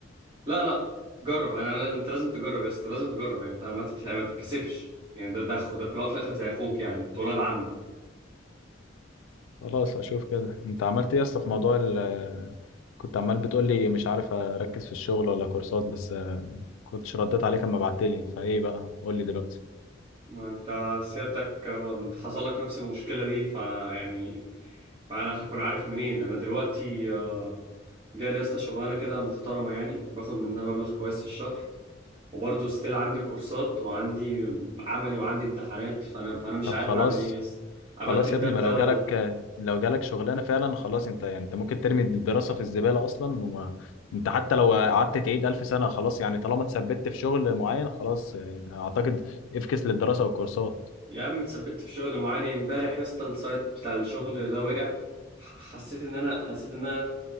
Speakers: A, on the right; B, on the left.
A: لا لا جرب انا أنا- انت لازم تجرب يا اسطى لازم تجرب يعني انت ما تت... ما تتكسفش يعني ده ده أخو- ده في الاول وفي الاخر زي اخوك يعني انت ولاد عم
B: خلاص هشوف كده انت عملت ايه اصلا في موضوع ال <laughs> كنت عمال بتقول لي مش عارف اركز في الشغل ولا كورسات بس كنتش رديت عليك اما بعت لي فايه بقى قول لي دلوقتي
A: ما انت سيادتك اه، انت حصل لك نفس المشكلة دي فيعني ما انا هكون عارف منين انا دلوقتي اه، جالي يا اسطى شغلانة كده محترمة يعني باخد منها مبلغ كويس في الشهر وبرضه ستيل عندي كورسات وعندي عملي وعندي امتحانات فانا فانا مش
B: طب
A: عارف
B: خلاص
A: اعمل ايه يا اسطى ابدل
B: خلاص يا
A: ده
B: ابني
A: بده
B: ما لو
A: ولا
B: جالك لو جالك شغلانه فعلا خلاص انت يعني انت ممكن ترمي الدراسه في الزباله اصلا وما انت حتى لو قعدت تعيد الف سنه خلاص يعني طالما اتثبت في شغل معين خلاص اه، اعتقد افكس للدراسه والكورسات
A: يا عم اتثبت في شغل معاني امبارح يا اسطى السايت بتاع الشغل ده وقع ح- حسيت ان انا حسيت ان انا